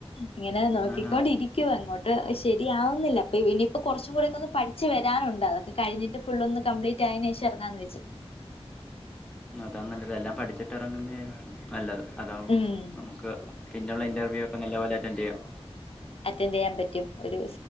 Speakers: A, on the left (about 60°); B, in the centre.
A: ഇങ്ങനെ നോക്കിക്കൊണ്ടിരിക്കുവ
B: ആഹാ
A: അങ്ങോട്ട്. ശരിയാവുന്നില്ല. അപ്പൊ ഇനിയിപ്പൊ കൊറച്ചും കൂടൊക്കെ ഒന്ന് പഠിച്ച് വരാനുണ്ട്. അതൊക്കെ കഴിഞ്ഞിട്ട് ഫുള്ളാന്ന് കംപ്ലീറ്റ് റ്റ അതിന് ശേഷം എറങ്ങാന്ന് വച്ച്
B: ഇന്നാ അതാ നല്ലത്. എല്ലാം പഠിച്ചിട്ട് എറങ്ങുന്നതായിരിക്കും. നല്ലത്. അതാകുമ്പം
A: ഉം
B: നമക്ക് പിന്നെയുള്ള ഇന്റർവ്യൂ ഒക്കെ നല്ല പോലെ അറ്റൻഡ് ചെയ്യാം.
A: <inaudible> അറ്റൻഡറ് ചെയ്യാൻ പറ്റും. ഒരു